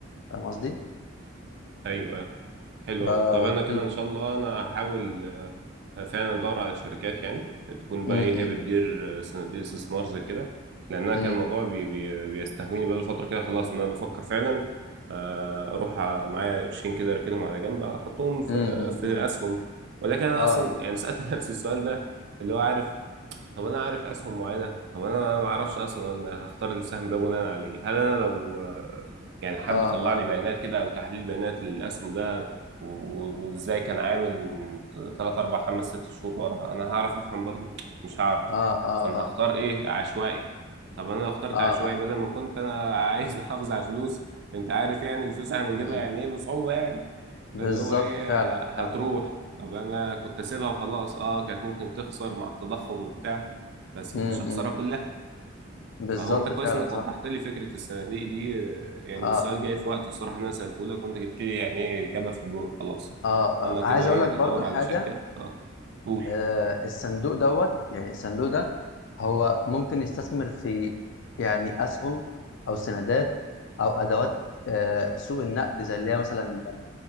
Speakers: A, on the left; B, on the right.
A: فاهم قصدي؟
B: ايوه حلو
A: ف
B: أوي طب أنا كده
A: امم
B: إن شاء الله أنا هحاول آه، فعلا أدور على شركات يعني تكون بقى
A: امم
B: إيه هي بتدير آه، صناديق استثمار زي كده لأن أنا
A: امم
B: كان الموضوع بي بي بيستهويني بقى فترة كده خلاص إن أنا بفكر فعلا آه، أروح على- معايا قرشين كده أركنهم على جنب أحطهم في
A: امم
B: في أسهم ولكن أنا
A: اه
B: أصلا يعني سألت <laughs> نفسي السؤال ده اللي هو عارف طب انا عارف اسهم معينه طب انا انا ما اعرفش اصلا انا هختار السهم ده بناء على ايه هل انا لو آه، يعني حد
A: اه
B: طلع
A: اه
B: لي بيانات كده او تحليل بيانات للاسهم ده و- و- وازاي كان عامل من 3 4 5 6 شهور ورا انا هعرف افهم برضو مش هعرف
A: اه اه
B: فانا
A: اه
B: هختار ايه عشوائي طب انا لو اخترت
A: اه,
B: عشوائي
A: آه.
B: بدل ما كنت انا عايز <laughs> احافظ على الفلوس انت عارف يعني الفلوس احنا بنجيبها
A: مم.
B: يعني ايه بصعوبه يعني
A: بالظبط
B: فاللي هو ايه
A: فعلا
B: هتروح
A: فعلا
B: طب انا كنت اسيبها وخلاص اه كانت ممكن تخسر مع التضخم وبتاع بس
A: امم
B: ما كنتش اخسرها
A: امم.
B: كلها
A: بالظبط
B: فهو انت كويس
A: فعلا
B: انك
A: صح
B: وضحت لي فكره الصناديق دي آه، يعني
A: آه
B: السؤال جاي في وقته الصراحه إن انا سالته لك وانت جبت لي يعني ايه اجابه في الجون خلاص
A: آه,
B: انا
A: آه عايز
B: كده ايه
A: اقول لك برضو
B: هدور
A: حاجه
B: على شركه اه قول
A: آه الصندوق دوت يعني الصندوق ده هو ممكن يستثمر في يعني اسهم او سندات او ادوات آه سوق النقد زي اللي هي مثلا